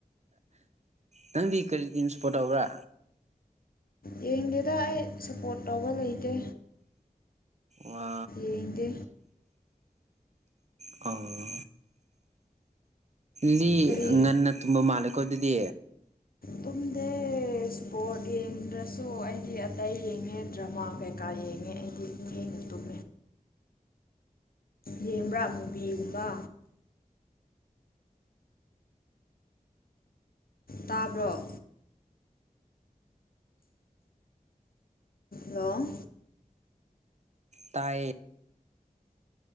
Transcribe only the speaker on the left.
ꯌꯦꯡꯗꯦꯗ ꯑꯩ ꯁꯞꯄꯣꯔꯠ ꯇꯧꯕ ꯂꯩꯇꯦ
ꯌꯦꯡꯗꯦ
ꯀꯔꯤ
ꯇꯨꯗ‌ꯦ ꯏꯁꯄꯣꯔꯠ ꯌ‌ꯦꯡ ꯇꯨꯝꯗ꯭ꯔꯁꯨ ꯑꯩꯒꯤ ꯑꯇꯩ ꯌꯦꯡꯉꯦ ꯗ꯭ꯔꯃꯥ ꯀꯩꯀꯥ ꯌꯦꯡꯉꯦ ꯑꯩꯗꯤ ꯊ‌ꯦꯡꯅꯥ ꯇꯨꯝ ꯌꯦꯡꯕ꯭ꯔꯥ ꯃꯨꯕꯤꯒꯨꯝꯕ ꯇꯥꯕ꯭ꯔꯣ ꯍꯂ‌ꯣ